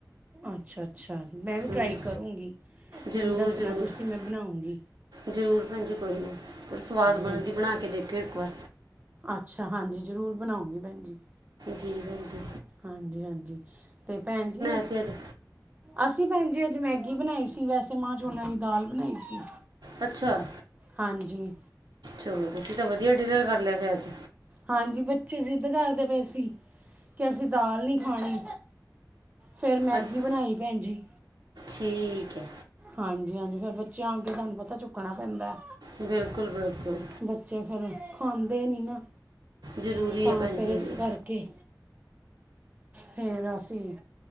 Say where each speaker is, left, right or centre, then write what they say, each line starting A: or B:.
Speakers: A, on the right (about 20°); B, on the right (about 75°).
A: ਅੱਛਾ -ਅੱਛਾ, ਮੈਂ ਵੀ ਟਰਾਈ
B: ਹੂੰ
A: ਕਰੂੰਗੀ,
B: ਜ਼ਰੂਰ
A: ਮੈਨੂੰ ਦੱਸਣਾ
B: ਜ਼ਰੂਰ
A: ਤੁਸੀਂ ਮੈਂ ਬਣਾਉਗੀ
B: ਜ਼ਰੂਰ ਭੈਣ ਜੀ ਕੋਈ ਨਹੀਂ, ਪਰ ਸਵਾਦ ਬਣਦੀ
A: ਹਾਂ
B: ਬਣਾ ਕੇ ਦੇਖਿਓ ਇੱਕ ਵਾਰ
A: ਅੱਛਾ ਹਾਂਜੀ ਜ਼ਰੂਰ ਬਣਾਉਂਗੀ ਭੈਣ ਜੀ
B: ਜੀ ਭੈਣਜੀ
A: ਹਾਂਜੀ -ਹਾਂਜੀ ਤੇ ਭੈਣ ਜੀ
B: ਸੀ ਅੱਜ
A: ਅਸੀਂ ਭੈਣਜੀ ਅੱਜ ਮੈਗੀ ਬਣਾਈ ਸੀ ਵੈਸੇ ਮਾਂ ਛੋਲਿਆਂ ਦੀ ਦਾਲ ਬਣਾਈ ਸੀ
B: ਅੱਛਾ,
A: ਹਾਂਜੀ
B: ਚਲੋ ਤੁਸੀਂ ਤਾਂ ਵਧੀਆ ਡਿਨਰ ਕਰ ਲਿਆ ਫਿਰ ਅੱਜ
A: ਹਾਂਜੀ ਬੱਚੇ ਜਿਦ ਕਰਦੇ ਪਏ ਸੀ ਕਿ ਅਸੀਂ ਦਾਲ ਨਹੀਂ ਖਾਣੀ ਫਿਰ ਮੈਗੀ
B: ਅੱਛ-
A: ਬਣਾਈ ਭੈਣ ਜੀ
B: ਠੀਕ ਹੈ
A: ਹਾਂਜੀ -ਹਾਂਜੀ ਫਿਰ ਬੱਚਿਆਂ ਅੱਗੇ ਤੁਹਾਨੂੰ ਪਤਾ ਝੁਕਣਾ ਪੈਂਦਾ
B: ਬਿਲਕੁਲ ਬਿਲਕੁਲ
A: ਬੱਚੇ ਫਿਰ ਖਾਂਦੇ ਨੀ ਨਾ
B: ਜ਼ਰੂਰੀ
A: ਤਾਂ
B: ਹੈ ਭੈਣ
A: ਫਿਰ
B: ਜੀ
A: ਇਸ
B: ਇਹ ਵੀ
A: ਕਰਕੇ ਫੇਰ ਅਸੀਂ